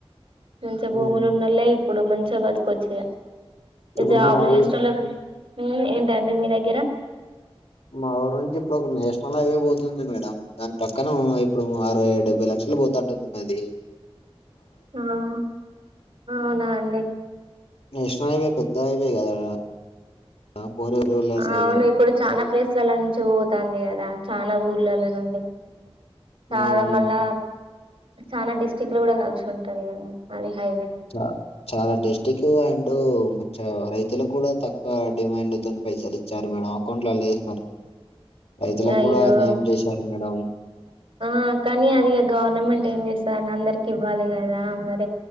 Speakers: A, on the right; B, on the left.
A: మంచిగా భూములు
B: ఉమ్,
A: ఉన్నోలే ఇప్పుడు మంచిగా బతుకొచ్చు ఇగా ఈ
B: ఇప్పుడు
A: జాబులు
B: మా
A: చేసెటోలాక్
B: ఊరు
A: ఉ ఏంటండి మీ దగిర
B: మా ఊరు నుంచి ఇప్పుడు ఒక నేషనల్ అయివే పోతుంది మేడం దాని పక్కన ఉ ఇప్పుడు అరవై డెబ్బై లక్షలు పోత టున్నది
A: ఆ అవునా అండి
B: నేషనల్ హైవే పెద్ద హైవే కదా మేడం ఆ ఫోరు విల్లార్స్ హైవే
A: అవును ఇప్పుడు చానా ప్లేస్లల నుంచి పోతాంది కదా చానా ఊర్లల నుండి చాలా
B: ఉమ్
A: మళ్ళా చానా డిస్టిక్టులు కూడా కలిసి ఉంటది కదా అది హైవే
B: చ చాలా డిస్టిక్ అండ్ మంచిగ రైతులకు కూడా తక్కువ డిమాండ్ తోని పైసలు ఇ ఇచ్చారు మేడం అకౌంట్లల్ల ఏసినారు రైతులకు
A: అయ్యో
B: కూడా అన్యాయం చేశారు మేడం
A: ఆ కానీ అది ఇగ గవర్నమెంట్ ఏం చేస్తది అన్న అందరికి ఇవ్వాలి కదా మరి